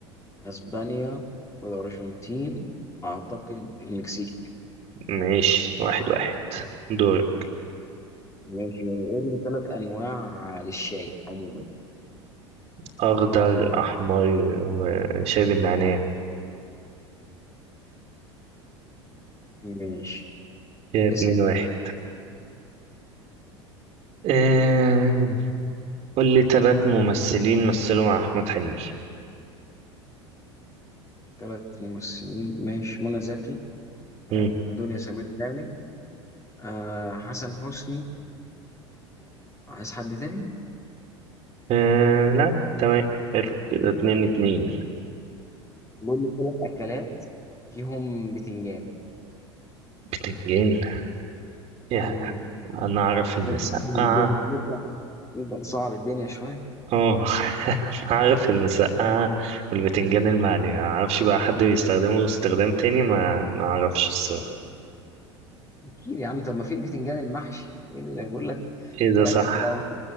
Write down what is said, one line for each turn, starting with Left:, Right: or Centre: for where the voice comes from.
Left: اسبانيا والارجنتين اعتقد المكسيك
Right: ماشي واحد واحد دور
Left: ماشي قول لي ثلاث انواع للشاي عموما
Right: أخضر أحمر وشايب النعناع
Left: ماشي
Right: كده اتنين
Left: اسم
Right: واحد آه قول لي ثلاث ممثلين مثلوا مع أحمد حلمي
Left: ثلاث ممثلين ماشي منى زكي
Right: مم.
Left: آه، دنيا سمير غانم آه، حسن حسني عايز حد تاني
Right: آه لا تمام حلو كده اتنين اتنين
Left: المهم ثلاث اكلات فيهم بتنجان
Right: بتنجان يا-
Left: امم
Right: انا اعرف المسقعه
Left: الدنيا نبدا نبدا نصعب الدنيا شويه
Right: اه <laughs> انا اعرف المسقعه والبتنجان المقلي ما اعرفش بقى حد بيستخدمه استخدام تاني ما ما اعرفش الصراحه
Left: اكيد يا عم طب ما في البتنجان المحشي إيه اللي يقول لك
Right: ايه ده
Left: ثلاث
Right: صح
Left: اكلات